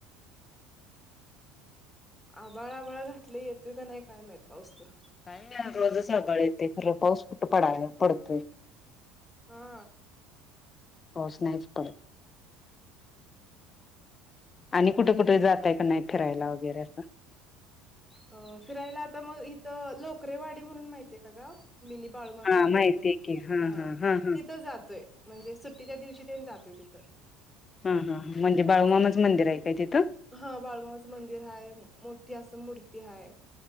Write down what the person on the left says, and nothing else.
काय नाहीरोजच आभाळ येतंय खरं पाऊस कुठं पडाला पडतोय
पाऊस नाहीच पडत. आणि कुठं कुठं जाताय का नाही फिरायला वगैरे असं
हा
माहितीय
की
हा
हा हा हा म्हणजे बाळूमामाचं मंदिर आहे काय तिथं